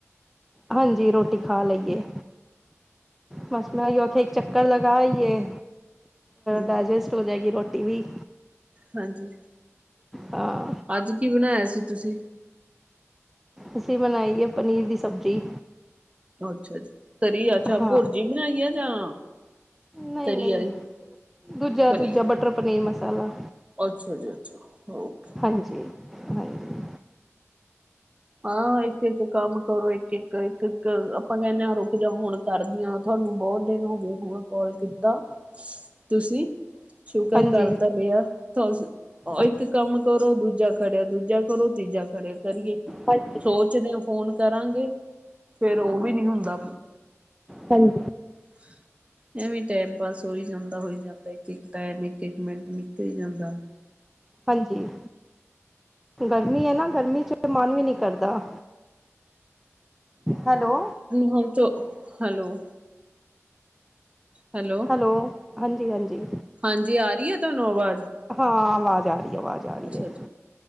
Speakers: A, in the centre; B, on the right.
A: ਹਾਂਜੀ ਰੋਟੀ ਖਾ ਲਈਏ। ਬਸ ਮੈਂ ਆਖਿਆ ਚ ਮੈਂ ਕਾ ਲਗਾ ਇਏ,
B: ਹਮ
A: ਡਾਇਜੈਸਟ ਹੋ ਜਾਏਗੀ ਰੋਟੀ ਵੀ।
B: ਹਾਂਜੀ।
A: ਹਾਂ
B: ਅੱਜ ਕੀ ਬਣਾਇਆ ਸੀ ਤੁਸੀਂ?
A: ਅਸੀਂ ਬਣਾਈਏ ਪਨੀਰ ਦੀ ਸਬਜ਼ੀ।
B: ਅੱਛਾ ਤਰੀ ਚਾਹ
A: ਹਾਂ
B: ਭੁਰਜੀ ਬਣਾਈ ਆ ਜਾਂ?
A: ਨਹੀਂ-
B: ਤਰੀ
A: ਨਹੀਂ,
B: ਵਾਲੀ
A: ਦੂਜਾ-
B: ਪਨੀਰ
A: ਦੂਜਾ ਬਟਰ ਪਨੀਰ ਮਸਾਲਾ।
B: ਅੱਛਾ, ਜੀ ਅੱਛਾ ਓਕੇ।
A: ਹਾਂਜੀ- ਹਾਂਜੀ,
B: ਹਾਂ ਇੱਕ ਕੰਮ ਕਰੋ, ਇੱਕ- ਇੱਕ, ਇੱਕ- ਇੱਕ ਆਪਾਂ ਕਹਿੰਦੇ ਹਾਂ ਰੁਕ ਜਾ ਹੁਣ ਕਾਰਦੀ ਹਾਂ ਤੁਹਾਨੂੰ ਬਹੁਤ ਦਿਨ ਹੋ ਗਏ ਬੋਲ- ਕੋੱਲ ਕੀਤਾ ਤੁਸੀਂ ਸ਼ੁਕਰ
A: ਹਾਂਜੀ
B: ਕਰ ਤਾ ਲਿਆ ਉਹ
A: ਹਾਂ
B: ਇੱਕ ਕੰਮ ਕਰੋ ਦੂਜਾ ਖੜਿਆ ਦੂਜਾ ਕਰੋ ਤੀਜਾ ਖੜਿਆ ਕਰੀਏ,
A: ਹਾਂਜੀ
B: ਸੋਚਦੇ ਆ ਫੋਨ ਕਰਾਂਗੇ ਫੇਰ ਉਹ ਵੀ ਨੀ ਹੁੰਦਾ
A: ਹਾਂਜੀ।
B: <unintelligible> ਐਵੇਂ ਟੈਮ ਪਾਸ ਹੋਈ ਜਾਂਦਾ ਹੋਈ ਜਾਂਦਾ ਇੱਕ ਇੱਕ ਟਾਈਮ ਇੱਕ ਇੱਕ ਮਿੰਟ ਨਿਕਲੀ ਜਾਂਦਾ
A: ਹਾਂਜੀ, ਗਰਮੀ ਹੈ ਨਾ ਗਰਮੀ ਚ ਮਨ ਵੀ ਨੀ ਕਰਦਾ, ਹੈਲੋ।
B: ਹੋ, ਚ ਹੈਲੋ। ਹੈਲੋ।
A: ਹੈਲੋ ਹਾਂਜੀ- ਹਾਂਜੀ।
B: ਹਾਂਜੀ। ਆ ਰਹੀ ਹੈ ਤੁਹਾਨੂੰ ਆਵਾਜ਼।
A: ਹਾਂ, ਆਵਾਜ਼ ਆ ਰਹੀ ਹੈ ਆਵਾਜ਼। ਆ ਰਹੀ
B: ਅੱਛਾ
A: ਹੈ
B: ਜੀ,